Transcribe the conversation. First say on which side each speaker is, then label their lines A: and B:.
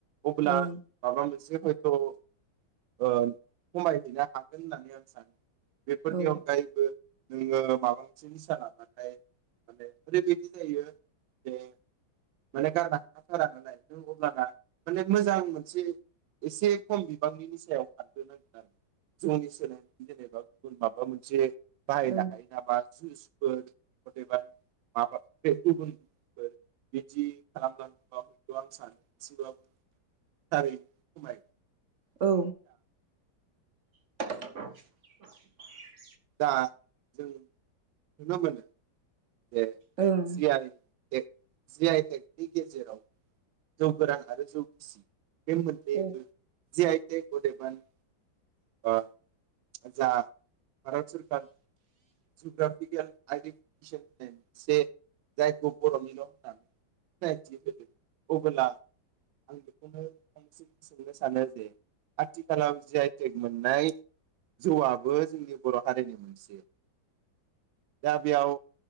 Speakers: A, on the right; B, on the right.
A: अबोला
B: ओं
A: माबामोनसे जे हयथ' ओ खमायहैनो हागोन होननानै आं सानो। बेफोरनि
B: औ
A: अनगायैबो नोङो माबा मोनसे निसा लानानै माने ओरैबायदि जायो। बेे माने गारनो हाखाथारा नालाय नों अब्लाना माने मोजां मोनसे एसे खम बिबांनि निसायाव खारग्रोनांगोन आरो जौनि सोलाय जेनेबा गुबुन माबा मोनसे बाहायनो
B: ओं
A: हायो नामा जुसफोर अदेबानि माबा बे गुबुन फोर बिदि खालामलांङोब्ला आं सानो एसेब्लाबो थारैनो खमायो।
B: औ <inaudible>
A: दा जों नुनो मोनो। दे
B: ओं
A: जियाय जि आइ टेकनि गेजेरावबो जौ गोरान आरो जौ गिसि बे मोननैबो
B: ओं
A: जि आइ टेक अदेबानि ओ जा। भारत सरखार जुग्राफिकेल। आइडि <unintelligible> जायखौ बर'निल' होननानै सिनायथि होदों अबोला आं बेखौनो नोंथांनिसिम सोंनो सानो जे आथिखालाव जि आइ टेक मोननाय जौआबो जोंनि बर' हारिनि मोनसे दा बेयाव